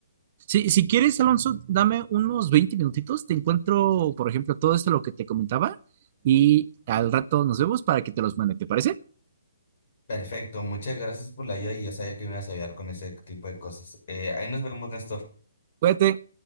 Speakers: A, on the right; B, on the left.
A: Si, si quieres, Alonso, dame unos 20 minutitos. Te encuentro, por ejemplo, todo esto lo que te comentaba y al rato nos vemos para que te los mande. ¿Te parece?
B: Perfecto, muchas gracias por la ayuda y ya sabía que me ibas a ayudar con ese tipo de cosas. Eh, ahí nos vemos, Néstor.
A: Cuídate.